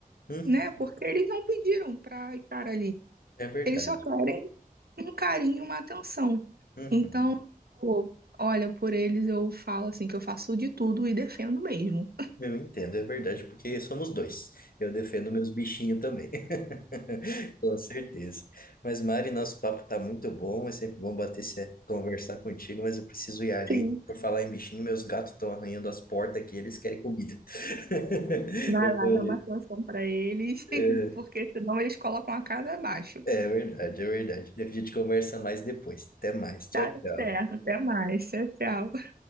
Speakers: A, on the left; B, on the right.
A: uhum,
B: né? Porque eles não pediram para estar ali.
A: é verdade.
B: Eles só querem um carinho, uma atenção.
A: Uhum.
B: Então, pô, olha, por eles eu falo assim que eu faço de tudo e defendo mesmo.
A: Eu entendo, é verdade, porque somos dois. Eu defendo meus bichinhos também. <laughs> Com certeza. Mas, Mari, nosso papo tá muito bom. É sempre bom bater esse, conversar contigo, mas eu preciso ir ali.
B: Sim.
A: Por falar em bichinho, meus gatos estão arranhando as portas aqui, eles querem comida. <laughs>
B: Vai
A: Eu
B: lá,
A: vou ali.
B: dá uma atenção pra eles, <laughs>
A: É,
B: porque senão eles colocam a casa abaixo.
A: é verdade, é verdade. A gente conversa mais depois. Até mais. Tchau,
B: Tá
A: tchau.
B: certo, até mais. Tchau, tchau.